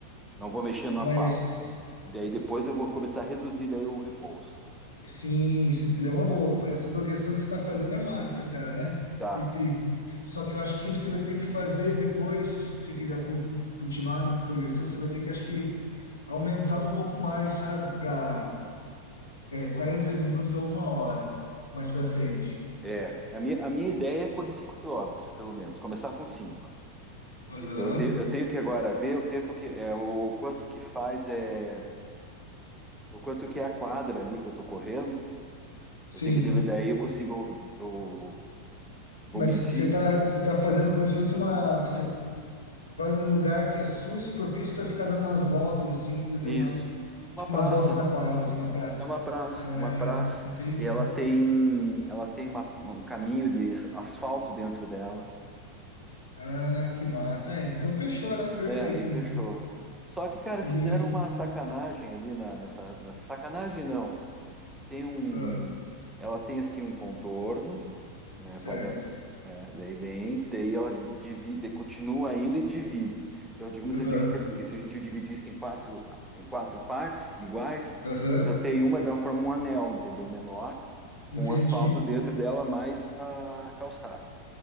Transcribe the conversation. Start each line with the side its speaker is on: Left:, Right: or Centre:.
Centre: Não vou mexer na
Left: Mas
Centre: pausa. E daí depois eu vou começar a reduzir daí o repouso.
Left: sim, isso é uma boa. Essa progressão que você está fazendo é massa, cara, né?
Centre: Tá.
Left: E tem... Só que eu acho que você vai ter que fazer depois, se você quiser con- continuar na progressão, você vai ter que, acho que, aumentar um pouco mais, sabe? Para 40 minutos a uma hora mais para frente.
Centre: É, a minha, a minha ideia é correr 5 quilômetros pelo menos, começar com cinco
Left: Aham,
Centre: Então eu, te- eu tenho que agora ver o tempo que é o quanto que faz é o quanto que é a quadra ali que eu tô correndo.
Left: sim.
Centre: Eu tenho que ver daí eu consigo eu vou
Left: Mas
Centre: medir
Left: você tá, você tá fazendo como se fosse uma. Você vai num lugar que é sus propício para ficar dando umas voltas, assim, em determinado.
Centre: nisso. Uma
Left: Tipo,
Centre: praça,
Left: umas voltas na quadra, assim, na praça.
Centre: é uma praça,
Left: Ah,
Centre: é uma praça
Left: entendi.
Centre: e ela tem ela tem uma- um caminho de asfalto dentro dela.
Left: Ah, que massa. É, então fechou, né? Perfeito.
Centre: É, aí fechou. Só que, cara,
Left: E.
Centre: fizeram uma sacanagem ali na, nessa, nessa sacanagem, não. Tem um.
Left: ah,
Centre: Ela tem assim um contorno, né?
Left: certo.
Centre: Faz a. né, daí vem, tem ela divide, continua ainda e divide. Então, digamos,
Left: Ah,
Centre: eu dividi, que se se a gente dividisse em quatro, em quatro partes iguais,
Left: Aham,
Centre: eu tenho uma dela forma um anel, entendeu? Menor,
Left: entendi.
Centre: com o asfalto dentro dela mais a calçada.